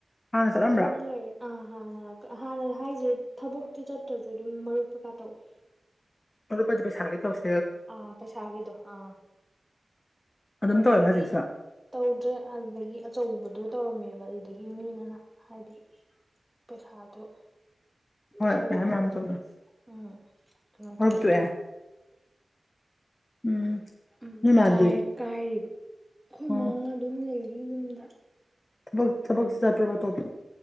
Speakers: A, on the left; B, in the centre.
A: ꯆꯠꯂꯝꯕ꯭ꯔꯥ
B: ꯆꯨꯝ ꯏꯔ ꯑꯥ ꯍꯥꯟꯅ ꯍꯥꯟꯅ ꯍꯥꯏꯁꯦ ꯊꯕꯛꯇꯤ ꯆꯠꯇ꯭ꯔꯁꯨ ꯑꯗꯨꯝ ꯃꯔꯨꯞ ꯀꯩꯀꯥ ꯇꯧꯏ
A: ꯑꯗꯨꯨꯄꯥ ꯄꯩꯁꯥꯒꯤꯦ ꯊꯧꯁꯦ
B: ꯑ ꯄꯁ ꯍꯥꯏꯒꯗꯣ ꯑ
A: ꯑꯗꯨꯝ
B: ꯍꯥꯏꯒꯤ
A: ꯇꯧꯋꯦꯕ ꯍꯧꯖꯤꯛꯁꯨ
B: ꯇꯧꯗ꯭ꯔꯦ ꯑꯗꯨꯗꯒꯤ ꯑꯆꯧꯕꯗꯣ ꯇꯧꯔꯝꯃꯦꯕ ꯑꯗꯨꯗꯒꯤ ꯃꯤꯅ ꯉꯥꯛ ꯍꯥꯏꯗꯤ ꯐꯔꯍ ꯑꯗꯨꯣ
A: ꯍꯣꯏ
B: ꯄꯁꯥꯜ
A: ꯃꯌꯥꯝ
B: ꯂꯥꯛꯇꯦꯕ
A: ꯃꯌꯥꯝ ꯇꯧꯅ
B: ꯎꯝ ꯀꯩꯅꯣ
A: ꯃꯔꯨꯞ
B: ꯇꯧꯦꯗꯤ
A: ꯇꯣꯛꯑꯦ ꯎꯝ
B: ꯎꯝ
A: ꯅꯣꯏ ꯃꯥꯗꯤ
B: ꯀ ꯀꯥꯏꯔꯤꯕ ꯑꯩꯈꯣꯏ
A: ꯑꯣ
B: ꯃꯉꯥ ꯑꯗꯨꯝ ꯂꯩꯔꯤ ꯌꯨꯝꯗ
A: ꯊꯕ ꯊꯕꯛꯁꯤ ꯆꯠ꯭ꯔꯕ ꯇꯣ